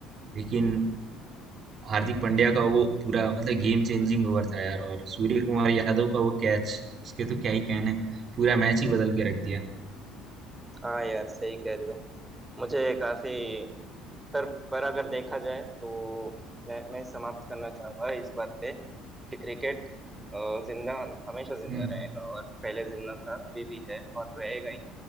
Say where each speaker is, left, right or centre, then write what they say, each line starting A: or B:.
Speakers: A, on the right; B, on the right.
A: लेकिन हार्दिक पांड्या का वो पूरा मतलब गेम चेंजिंग ओवर था यार और सूर्य कुमार यादव का वो कैच उसके तो क्या ही कहने पूरा मैच ही बदल के रख दिया
B: हाँ यार सही कह रहे हो मुझे काफी पर पर अगर देखा जाए तो मैं मैं समाप्त करना चाहूंगा इस बात पे कि क्रिकेट अ, जिंदा हम- हमेशा जिंदा
A: हम्म
B: रहेगा और पहले जिंदा था अभी भी है और रहेगा ही